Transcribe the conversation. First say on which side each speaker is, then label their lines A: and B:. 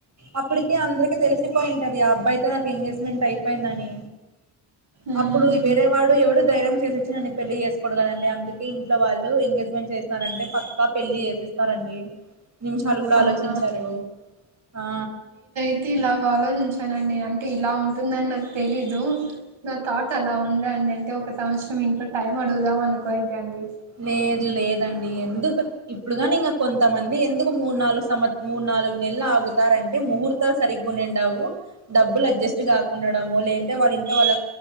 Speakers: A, on the right (about 35°); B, on the right (about 65°).
A: అప్పటికి అందరికి తెలిసిపోయి ఉంటది ఆ అబ్బాయితో నాకు ఎంగేజ్మెంట్ అయిపోయిందని
B: ఉమ్
A: అప్పుడు వేరే వాడు ఎవడు ధైర్యం చేసొచ్చి నన్న పెళ్లి చేసుకోూడు కదా అండి అందుకె ఇంట్లో వాళ్ళు ఎంగేజ్మెంట్ చేస్త చేశారంటే పక్కా పెళ్ళి చేసెస్తారండి నిమిషాలు కూడా
B: అవునా
A: ఆలోచించరు ఆ
B: అయితే ఇలాగ ఆలోచించానండి అంటే ఇలా ఉంటుందని నాకు తెలీదు నా థాట్ అలా ఉందా అండి అంటే ఒక సంవత్సరం ఇంట్లో టైం అడుగుదాం అనుకోంట అండి
A: లేదు లేదండి ఎందుకు ఇప్పుడు కాని ఇంక కొంతమంది ఎందుకు మూడు నాలుగు సంవత్ మూడు నాలుగు నెలలు ఆగుతారంటే ముహూర్ తాలు సరిగ్గ ఉండండవు డబ్బులు అడ్జెస్ట్ కాకుండడము లేదంటే వాళ్ళ ఇంట్లో వాళ్ళ